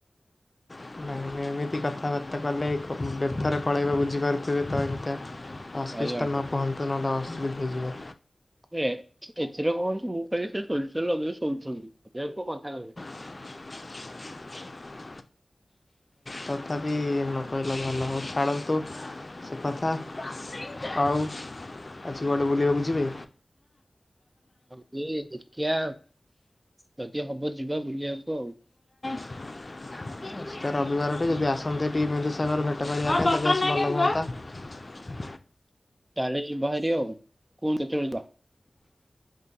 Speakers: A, on the left; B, on the right.
A: ଭାଇମାନେ ଏମିତି କଥାବାର୍ତ୍ତା କଲେ ବ୍ୟର୍ଥରେ ପଳେଇବ ବୁଝିପାରୁଥିବେ ତ ଏମିତିଆ। ଅସ୍ପିଷ୍ଟନ
B: ଭାଇ ଆଗରେ।
A: ପହନ୍ତୁ ନା ଡାସମିକ ହେଇଯିବା।
B: ଏଥିରେ କଣ ଅଛି ମୁଁ ଖାଲି ସେ ସୋରିଷ ତେଲ ଲଗେଇ ଶୋଉୁଛନ୍ତି ଏହାକୁ କଥା କହ
A: <unintelligible> ତଥାପି ନ କହିଲେ ଭଲ ହେବ ଛାଡ଼ନ୍ତୁ ସେ କଥା ହଉ ଆଜି କୁଆଡେ ବୁଲିବାକୁ ଯିବେ?
B: ହଉ ଦେଖିଆ ଯଦି ହବ ଯିବା ବୁଲିବାକୁ ଆଉ।
A: <unintelligible> ତ ରବିବାରଟେ ଯଦି ଆସନ୍ତେ ଟି ବିନ୍ଦୁସାଗର ଭେଟ କରିବା ପାଇଁ ତ ବେଶ ଭଲ ହୁଅନ୍ତା।
B: ତାହଲେ ଯିବାଭାରି କୁହନ୍ତୁ କେତେବେଳେ ଯିବା?